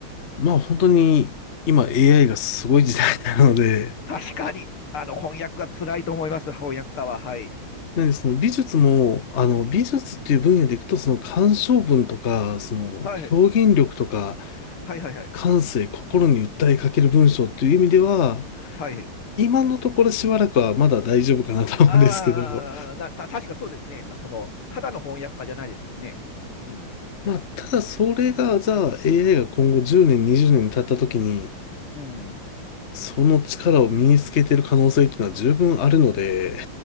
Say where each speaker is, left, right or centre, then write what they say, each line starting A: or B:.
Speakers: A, on the left (about 40°); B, on the left (about 85°).
A: まあ本当に今 AI がすごい時代なので、
B: 確かに、あの、翻訳が辛いと思います、翻訳家は。はい。
A: なんでその美術も、あの美術っていう分野でいくとその鑑賞文とか、
B: うん。
A: その表現力とか、
B: はい。はい、はい、はい。
A: 感性、心に訴えかける文章っていう意味では、
B: はい。
A: 今のところしばらくはまだ大丈夫かなと思うんですけど、
B: ああ、な、た、確かそうですね。あその、ただの翻訳家じゃないですもんね。うん。
A: まあ、ただそれが、じゃあ AI
B: うん
A: が今後10年、20年経った時に、
B: うん。
A: その力を身につけてる可能性っていうのは十分あるので、